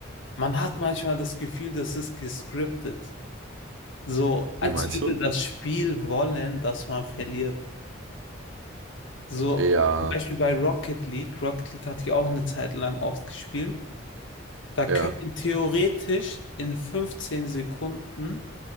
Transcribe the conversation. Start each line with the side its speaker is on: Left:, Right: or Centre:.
Left: man hat manchmal das Gefühl, das ist gescriptet. So, als
Right: wie meinst
Left: würde
Right: du?
Left: das Spiel wollen, dass man verliert. So,
Right: Ja,
Left: zum Beispiel bei Rocket League. Rocket League hatte ich auch eine Zeit lang oft gespielt. Da können
Right: ja.
Left: theoretisch in 15 Sekunden